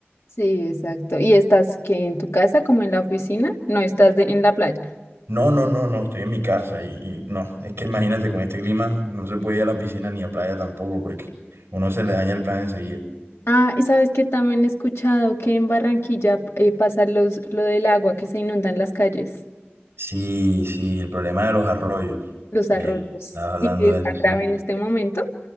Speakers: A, on the left (about 85°); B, on the right (about 65°).
A: Sí, exacto. ¿Y estás que en tu casa como en la oficina? No, estás de- en la playa.
B: No, no, no, no, estoy en mi casa y, y no, es que imagínate con este clima no se puede ir a la piscina ni a playa tampoco porque uno se le daña el plan enseguida.
A: Ah, y sabes que también he escuchado que en Barranquilla eh, pasa los, lo del agua que se inundan las calles.
B: Sí, sí, el problema de los arroyos.
A: los
B: Eh,
A: arroyos
B: estabas hablando
A: y que
B: de
A: está
B: eso, sí.
A: grave en este momento.